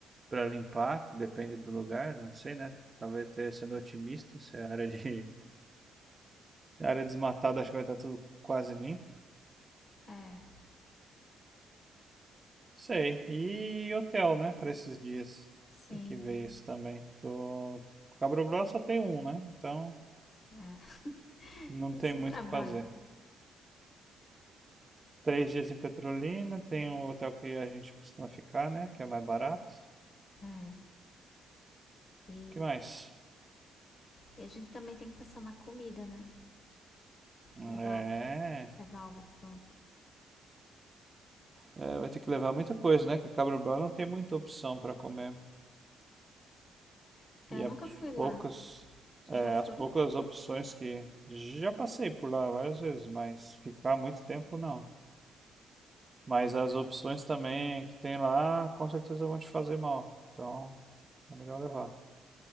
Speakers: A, on the right; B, on the left.
A: para limpar, que depende do lugar, não sei, né? Talvez esteja sendo otimista, se é área de Área desmatada, acho que vai estar tudo quase limpo.
B: É,
A: Sei. E hotel, né? Para esses dias.
B: sim.
A: Tem que ver isso também. Tô... Cabo Brabo só tem um, né? Então
B: É. <laughs>
A: não
B: Menos
A: tem
B: um
A: muito
B: trabalho.
A: o que fazer. Três dias em Petrolina. Tem um hotel que a gente costuma ficar, né? Que é mais barato.
B: É.
A: O
B: E...
A: que mais?
B: e a gente também tem que pensar na comida, né?
A: É.
B: Levar, al- levar algo pronto.
A: é, vai ter que levar muita coisa, né? Que Cabo Brabo não tem muita opção para comer.
B: É,
A: E
B: Eu nunca
A: as
B: fui lá.
A: poucas,
B: Tu
A: é,
B: já foi?
A: as poucas opções que já passei por lá várias vezes, mas ficar muito tempo não. Mas as opções também que tem lá, com certeza vão te fazer mal. Então, é melhor levar.